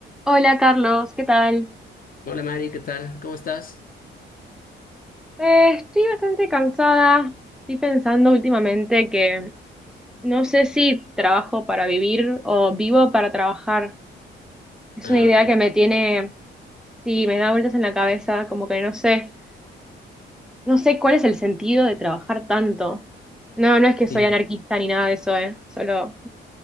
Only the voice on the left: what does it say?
Hola Mari, ¿qué tal? ¿Cómo estás?
Ah,
y,